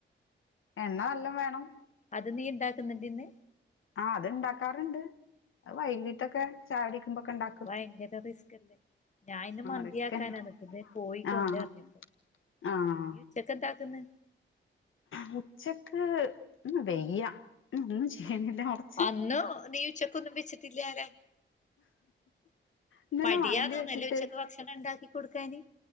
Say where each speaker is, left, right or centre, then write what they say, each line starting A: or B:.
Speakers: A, on the left; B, on the left.
A: എണ്ണ നല്ലംവേണം
B: അത് നീ എന്താക്ക്ന്ന്ണ്ട്ന്ന്
A: ആഹ് അത്ണ്ടാക്കാറ്ണ്ട് അത് വൈകീട്ടൊക്കെ ചായുടിക്കുമ്പോക്കെണ്ടാക്കും
B: വൈകീറ്റ് റിസ്കല്ലേ ഞാഇന്ന് മന്തിയാക്കാന
A: റിസ്കന്നെ
B: നിക്ക്ന്നെ കോഴിക്കൊണ്ടുവര്നിപ്പോ
A: ആഹ് ആഹ്
B: ഉച്ചക്കെന്താക്ക്ന്ന്
A: മുച്ചക്ക് ഇന്ന് വെയ്യ ഉം <unintelligible>
B: അന്ന് നീ ഉച്ചക്കൊന്നും വെച്ച്ട്ട്ല്യാലോ
A: ഇന്നലെ
B: മടിയാ
A: മന്തി
B: തോന്നൊല്ലേ
A: വെച്ചിട്ട്
B: ഉച്ചക്ക് ഭക്ഷണം ഇണ്ടാക്കി കൊടുക്കാന്